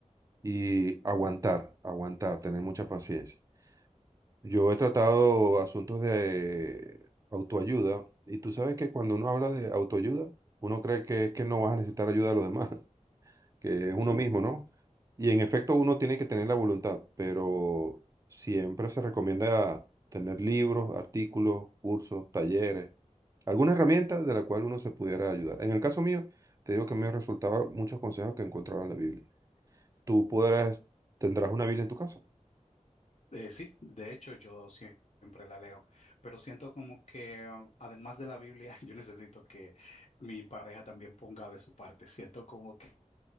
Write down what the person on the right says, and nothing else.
y aguantar, aguantar, tener mucha paciencia. Yo he tratado asuntos de autoayuda y tú sabes que cuando uno habla de autoayuda, uno cree que es que no vas a necesitar ayuda de los demás. <laughs> que es uno
mismo, ¿no? Y en efecto uno tiene que tener la voluntad, pero siempre se recomienda tener libros, artículos, cursos, talleres, alguna herramienta de la cual uno se pudiera ayudar. En el caso mío, te digo que me resultaban muchos consejos que encontraba en la Biblia. Tú podrás, tendrás una Biblia en tu casa.